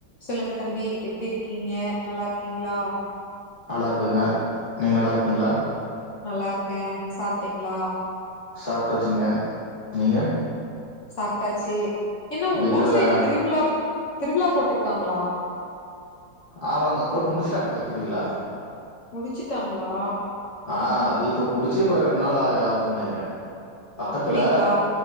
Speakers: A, on the left; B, on the left.
A: சொல்லுங்க தம்பி எப்டி இருக்கீங்க நல்லா இருக்கீங்ளா
B: நல்லா இருக்கக்கா நீங்க நல்லா இருக்கீங்ளா
A: நல்லா இருக்கேன் சாப்ட்டீங்களா
B: சாப்டாச்சுங்க நீங்க
A: சாப்ட்டாச்சு என்ன உங்க
B: வீட்லலா
A: ஊர் சைடு திருவிழா திருவிழா போட்டிருக்காங்களா
B: ஆமாங்க போட்டு முடிச்சுட்டாங்களே திருவிழா
A: முடிச்சுட்டாங்களா
B: ஆ அது இப்ப முடிச்சே இப்ப ரெண்டு நாள் அ ஆகுதுன் நனைக்கற பக்கத்துல
A: அப்டிங்களா